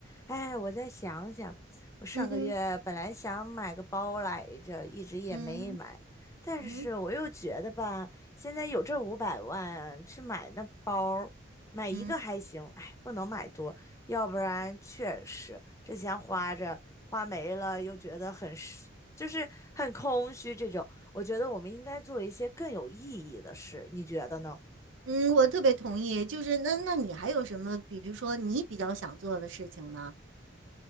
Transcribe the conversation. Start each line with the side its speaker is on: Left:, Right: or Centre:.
Left: 哎，我再想想，我上个月本来想买个包来着，
Right: 嗯嗯
Left: 一直也没买，
Right: 嗯
Left: 但是我又觉得吧，
Right: 嗯
Left: 现在有这五百万去买那包儿买一个还行，
Right: 嗯
Left: 哎，不能买多，要不然确实这钱花着花没了，又觉得很是就是很空虚这种。我觉得我们应该做一些更有意义的事，你觉得呢？
Right: 嗯，我特别同意。就是那那你还有什么比，比如说你比较想做的事情呢？